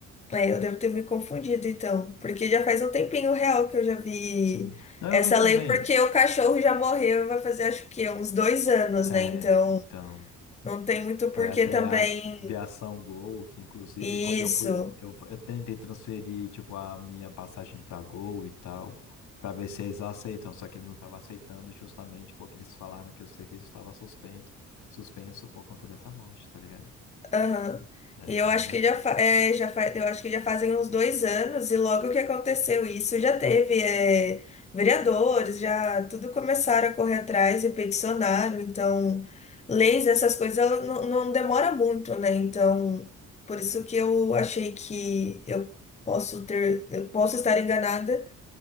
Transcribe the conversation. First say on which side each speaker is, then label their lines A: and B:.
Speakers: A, on the left (about 20°); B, on the left (about 75°).
A: É, eu devo ter me confundido, então. Porque já faz um tempinho real que eu já vi
B: Sim. Não,
A: essa
B: eu vi também.
A: lei, porque o cachorro já morreu, vai fazer acho que uns dois anos,
B: É,
A: né? Então,
B: então,
A: não tem muito
B: foi
A: porquê
B: até
A: também
B: a aviação Gol, que inclusive,
A: isso.
B: quando eu fui, eu, eu tentei transferir, tipo, a minha passagem para Gol e tal, para ver se eles aceitam, só que ele não estava aceitando justamente porque eles falaram que o serviço estava suspenso, suspenso por conta dessa morte, tá ligado?
A: Aham.
B: Daí
A: E eu
B: tava
A: acho
B: nessa.
A: que já, fa é, já fa eu acho que já fazem uns dois anos, e logo que aconteceu isso, já teve é, vereadores, já tudo começaram a correr atrás e peticionaram, então leis, essas coisas, ela não, não demora muito, né? Então, por isso que eu achei que eu posso ter, eu posso estar enganada,